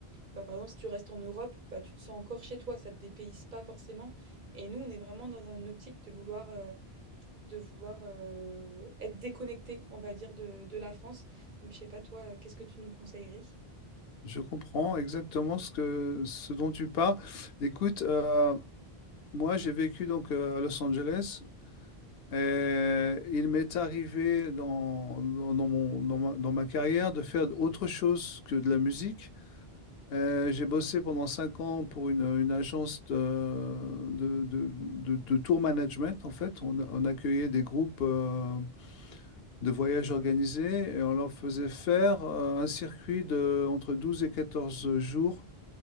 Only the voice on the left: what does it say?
Je comprends exactement ce que, ce dont tu parles. Écoute, euh, moi j'ai vécu donc euh, à Los Angeles et il m'est arrivé dans, dans, dans mon, dans ma, dans ma carrière de faire autre chose que de la musique. Euh, j'ai bossé pendant cinq ans pour une, une agence de, de, de- de- de tour management. En fait, on, on accueillait des groupes euh, de voyages organisés et on leur faisait faire euh, un circuit de entre 12 et 14 jours